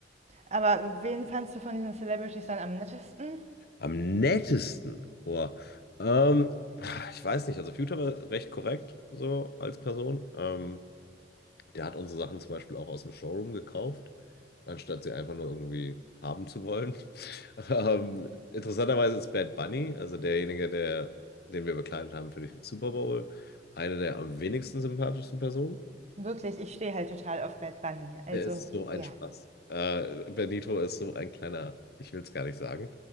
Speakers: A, on the right; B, on the left.
A: Aber wen fandst du von diesen Celebrities dann am nettesten?
B: Am nettesten, boah. Ähm, ich weiß nicht, also Future war recht korrekt so als Person. Ähm, Der hat unsere Sachen zum Beispiel auch aus dem Showroom gekauft, anstatt sie einfach nur irgendwie haben zu wollen. <laughs> Ähm, interessanterweise ist Bad Bunny, also derjenige, der, den wir bekleidet haben für die Super Bowl, eine der am wenigsten sympathischsten Personen.
A: Wirklich, ich stehe halt total auf Bad Bunny. Also,
B: Der ist so ein
A: ja.
B: Spaß. Äh, Benito ist so ein kleiner, ich will es gar nicht sagen.